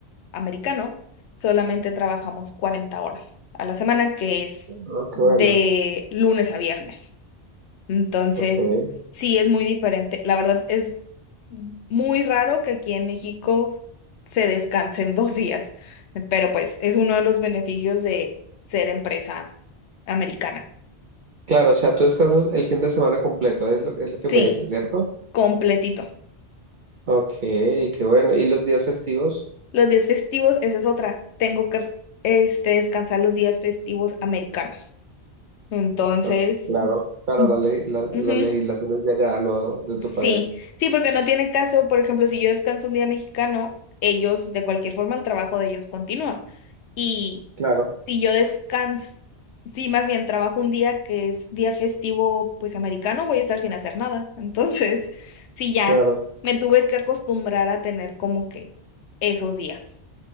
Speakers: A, on the left (about 80°); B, on the right (about 55°).
A: americano, solamente trabajamos 40 horas a la semana, que es
B: oh, qué
A: de
B: bueno,
A: lunes a viernes. Entonces,
B: ok.
A: sí es muy diferente. La verdad es muy raro que aquí en México se descansen <laughs> dos días, pero pues es uno de los beneficios de ser empresa americana.
B: Claro, o sea, tú descansas el fin de semana completo, es lo, es lo que
A: Sí,
B: me dices, ¿cierto?
A: completito.
B: Ok, qué bueno. ¿Y los días festivos?
A: Los días festivos, esa es otra. Tengo que este, descansar los días festivos americanos. Entonces,
B: Ok, Claro, claro,
A: mm,
B: la, ley- la,
A: ujú,
B: la legislación es de allá, no de tu
A: Sí,
B: país.
A: sí, porque no tiene caso, por ejemplo, si yo descanso un día mexicano, ellos, de cualquier forma, el trabajo de ellos continúa. Y
B: Claro,
A: si yo descanso, sí, más bien trabajo un día que es día festivo, pues americano, voy a estar sin hacer nada. Entonces, <laughs> sí, ya
B: claro.
A: me tuve que acostumbrar a tener como que esos días